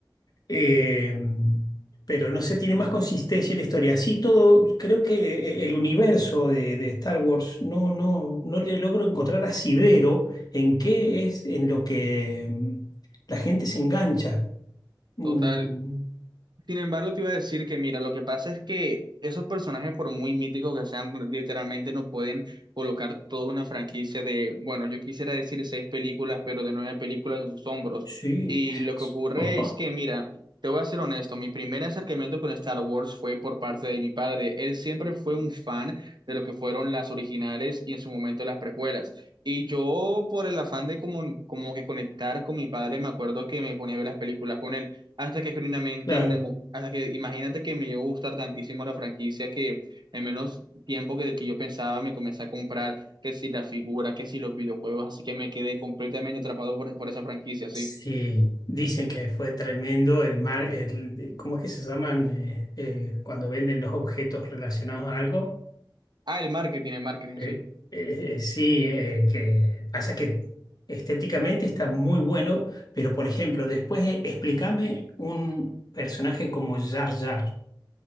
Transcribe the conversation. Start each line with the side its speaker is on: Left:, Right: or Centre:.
Left: eh, pero no se tiene más consistencia en la historia. Así todo, creo que el universo de, de Star Wars no, no, no le logro encontrar asidero en qué es en lo que mm, la gente se engancha. Mm,
Right: Total. Sin embargo, te iba a decir que, mira, lo que pasa es que esos personajes, por muy míticos que sean, literalmente no pueden colocar toda una franquicia de, bueno, yo quisiera decir seis películas, pero de nueve películas en sus hombros.
Left: sí,
Right: Y lo que ocurre
Left: <laughs>
Right: es que, mira, te voy a ser honesto, mi primer acercamiento con Star Wars fue por parte de mi padre. Él siempre fue un fan de lo que fueron las originales y en su momento las precuelas. Y yo, por el afán de como, como que conectar con mi padre, me acuerdo que me ponía a ver las películas con él hasta que genuinamente,
Left: claro.
Right: en el mo- hasta que imagínate que me llegó a gustar tantísimo la franquicia que en menos tiempo que, que yo pensaba me comencé a comprar que si la figura, que si los videojuegos, así que me quedé completamente atrapado por, por esa franquicia, sí.
Left: Sí, dicen que fue tremendo el mar, el, ¿cómo es que se llaman eh, eh, cuando venden los objetos relacionados a algo?
Right: Ah, el marketing, el marketing,
Left: El-
Right: sí.
Left: eh, eh, sí, eh, que pasa que estéticamente está muy bueno, pero por ejemplo, después eh, explícame un personaje como Jar Jar.